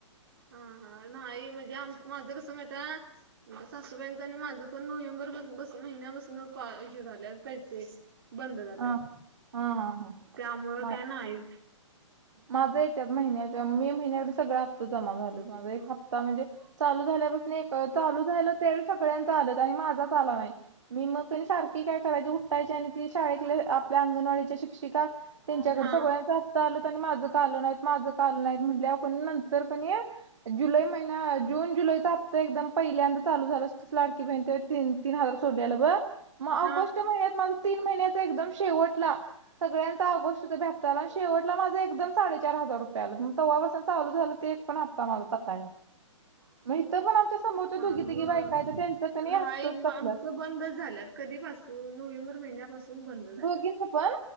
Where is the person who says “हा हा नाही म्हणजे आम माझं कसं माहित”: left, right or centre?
Right